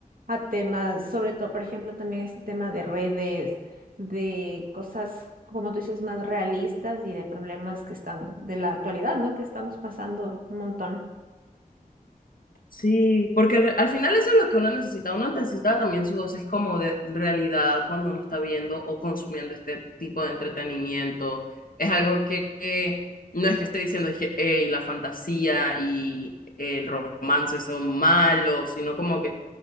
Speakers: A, on the right; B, on the left.
A: a temas, sobre todo, por ejemplo, también este tema de redes, de cosas, como tú dices, más realistas y de problemas que están de la actualidad, ¿no? Que estamos pasando un montón.
B: Sí, porque al, al final eso es lo que uno necesita. Uno necesita también su dosis como de realidad cuando uno está viendo o consumiendo este tipo de entretenimiento. Es algo que, que no es que esté diciendo, dije, hey, la fantasía y el romance son malos, sino como que